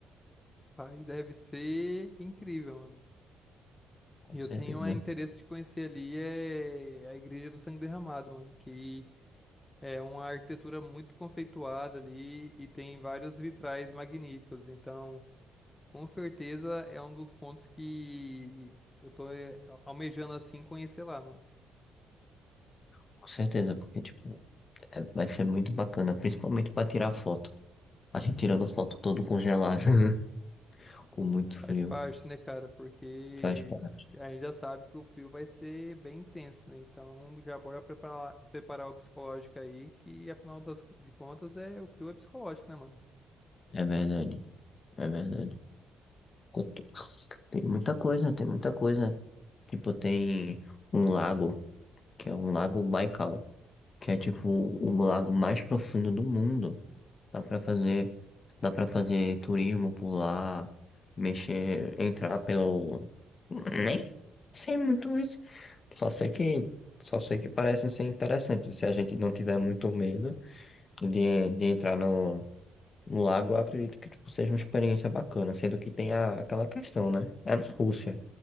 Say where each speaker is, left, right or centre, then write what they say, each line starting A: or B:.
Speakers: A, on the left; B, on the left.
A: Rapaz, deve ser incrível, mano.
B: Com
A: Eu
B: certeza.
A: tenho é, interesse de conhecer ali é a Igreja do Sangue Derramado, mano, que é uma arquitetura muito conceituada ali e tem vários vitrais magníficos. Então, com certeza é um dos pontos que eu tô é, almejando assim conhecer lá, mano.
B: Com certeza, porque tipo, é- vai ser muito bacana, principalmente pra tirar foto. A gente tirando foto todo congelado, <laughs> com muito frio,
A: Faz parte, né, cara? Porque
B: faz parte.
A: a gente já sabe que o frio vai ser bem intenso, né? Então já bora preparar, preparar o psicológico aí, que afinal das, de contas é o frio é psicológico, né, mano?
B: É verdade, é verdade. Quanto- Tem muita coisa, tem muita coisa. Tipo, tem um lago, que é um lago Baikal, que é tipo o lago mais profundo do mundo. Dá pra fazer, dá pra fazer turismo por lá, mexer, entrar pelo. Nem sei muito isso. Só sei que, só sei que parece ser interessante. Se a gente não tiver muito medo. de, de entrar no, no lago, eu acredito que tipo, seja uma experiência bacana, sendo que tem a, aquela questão, né? É na Rússia,